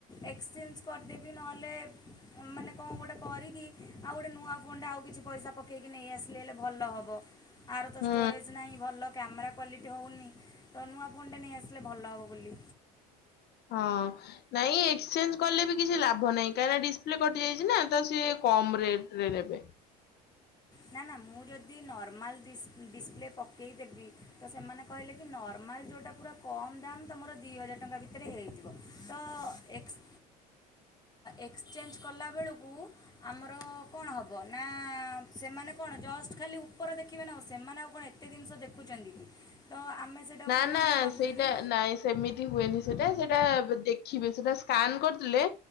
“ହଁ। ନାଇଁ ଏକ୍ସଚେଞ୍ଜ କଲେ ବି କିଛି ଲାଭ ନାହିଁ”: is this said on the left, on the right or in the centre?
Left